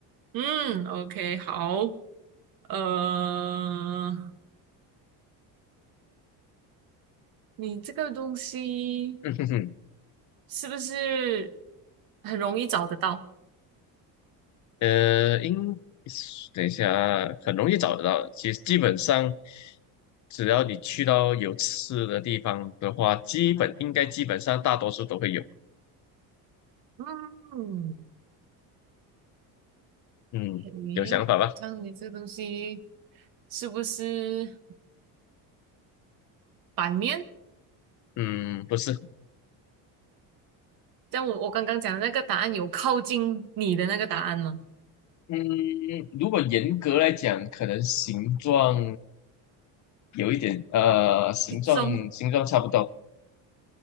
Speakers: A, on the right; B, on the left.
A: 嗯，OK，好，呃，你这个东西
B: 嗯哼哼，
A: 是不是很容易找得到？
B: 呃，应等一下啊很容易找得到。其实基本上，只要你去到有吃的地方的话，基本应该基本上大多数都会有。
A: 嗯，
B: 嗯，
A: 诶，
B: 有想法吧？
A: 这样你这个东西是不是版面？
B: 嗯，不是。
A: 这样我我刚刚讲的那个答案有靠近你的那个答案吗？
B: 嗯，如果严格来讲，可能形状有一点，呃，形状形状差不多，
A: 形状